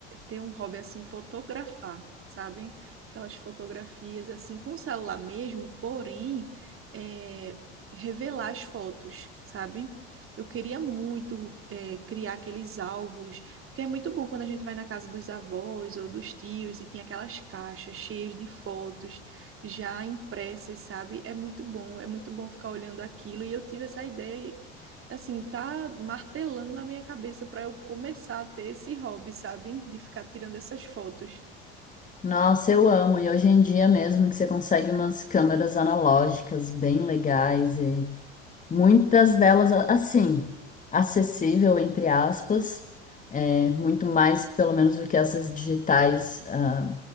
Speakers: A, on the right; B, on the left.
A: ter um hobby assim, fotografar, sabe? Aquelas fotografias assim com celular mesmo, porém, é, revelar as fotos, sabe? Eu queria muito é, criar aqueles álbuns, porque é muito bom quando a gente vai na casa dos avós ou dos tios e tem aquelas caixas cheias de fotos já impressas, sabe? É muito bom, é muito bom ficar olhando aquilo. E eu tive essa ideia e, assim, tá martelando na minha cabeça para eu começar a ter esse hobby, sabe? De ficar tirando essas fotos,
B: nossa, eu amo. E hoje em dia mesmo que você consegue umas câmeras analógicas bem legais Muitas delas, a- assim, acessível, entre aspas, é, muito mais, pelo menos, do que essas digitais, ah,